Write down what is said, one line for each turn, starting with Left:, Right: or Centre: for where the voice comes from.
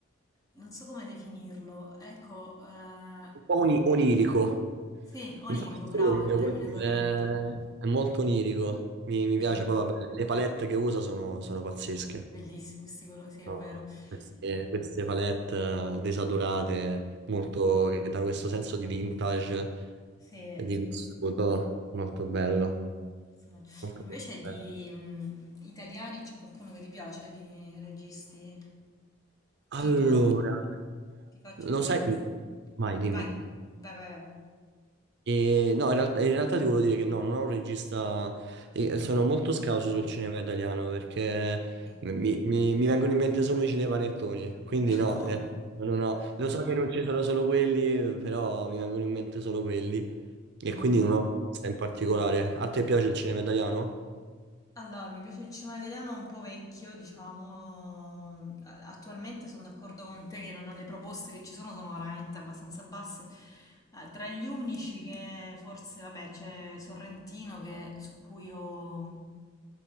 Left: non so come definirlo. Ecco, eh,
Right: un po' oni- onirico,
Left: sì, onirico,
Right: un po' sogno,
Left: bravo, è il termine
Right: Mm. così,
Left: corretto.
Right: eh, è molto onirico, mi, mi
Left: Sì,
Right: piace, poi vabbè, le palette che usa sono, sono pazzesche,
Left: bellissimo, sti colori, sì, è
Right: No.
Left: vero.
Right: queste,
Left: Eh,
Right: queste palette eh, desaturate, molto, che danno questo senso di vintage,
Left: sì, è
Right: e di vissuto, molto bello,
Left: un personaggio.
Right: molto
Left: Invece di
Right: bello.
Left: mh, italiani c'è qualcuno che ti piace, di registi? Tipo,
Right: Allora,
Left: ti faccio
Right: lo
Left: un esempio.
Right: sai, vai, dimmi.
Left: Vai, vai, vai, vai.
Right: E, no, in realtà, in realtà ti volevo dire che no, non ho un regista, e sono molto scarso sul cinema italiano perché
Left: Eh?
Right: mi, mi- mi vengono in mente solo i cinepanettoni, quindi
Left: <laughs>
Right: no,
Left: No.
Right: ne- non ho- lo so che non ci sono solo quelli, però mi vengono in mente solo quelli e
Left: Mm.
Right: quindi non ho un regista in particolare. A te piace il cinema italiano?
Left: Allora, mi piace il cinema italiano un po' vecchio, diciamo, a- attualmente sono d'accordo con te che non- le proposte che ci sono sono veramente abbastanza basse. Eh, tra gli unici che forse, vabbè, c'è Sorrentino che- su cui ho